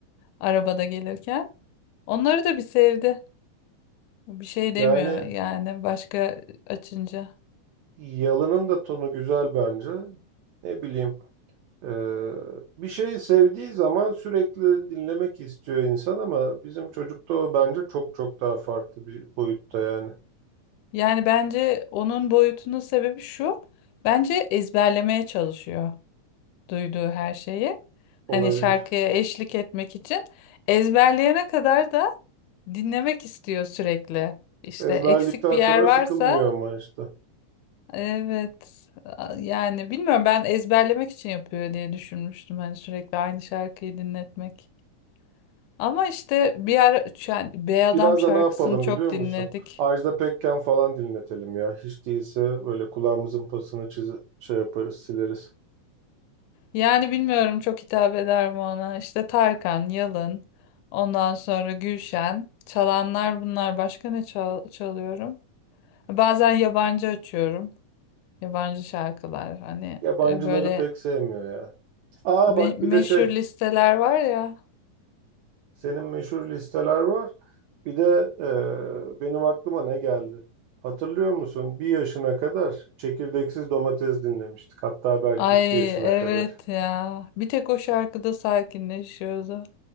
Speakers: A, on the left; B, on the right.
A: arabada gelirken. Onları da bir sevdi. Bir şey demiyor
B: Yani
A: yani başka açınca.
B: yalının da tonu güzel bence. Ne bileyim. eee, bir şeyi sevdiği zaman sürekli dinlemek istiyor insan ama bizim çocukta o bence çok çok daha farklı bir boyutta yani.
A: Yani bence onun boyutunun sebebi şu. Bence ezberlemeye çalışıyor duyduğu her şeyi. Hani
B: Olabilir.
A: şarkıya eşlik etmek için ezberleyene kadar da dinlemek istiyor sürekli. İşte
B: Ezberledikten
A: eksik bir yer
B: sonra
A: varsa
B: sıkılmıyor ama işte.
A: Evet. A- Yani bilmiyorum ben ezberlemek için yapıyor diye düşünmüştüm. Hani sürekli aynı şarkıyı dinletmek. Ama işte bir ara yani Bey Adam
B: Biraz
A: şarkısını
B: da ne yapalım
A: çok
B: biliyor
A: dinledik.
B: musun? Ajda Pekkan falan dinletelim ya. Hiç değilse böyle kulağımızın pasını çiz şey yaparız, sileriz.
A: Yani bilmiyorum çok hitap eder mi ona. İşte Tarkan, Yalın, ondan sonra Gülşen. Çalanlar bunlar. Başka ne çal- çalıyorum? Bazen yabancı açıyorum. Yabancı şarkılar. Hani
B: Yabancıları
A: e, böyle
B: pek sevmiyor ya. Aa
A: be-
B: bak
A: meşhur
B: bir de şey
A: listeler var ya.
B: senin meşhur listeler var. Bir de e, benim aklıma ne geldi? Hatırlıyor musun? Bir yaşına kadar çekirdeksiz domates dinlemiştik. Hatta belki
A: Ay
B: iki yaşına kadar.
A: evet ya. Bir tek o şarkıda sakinleşiyordu.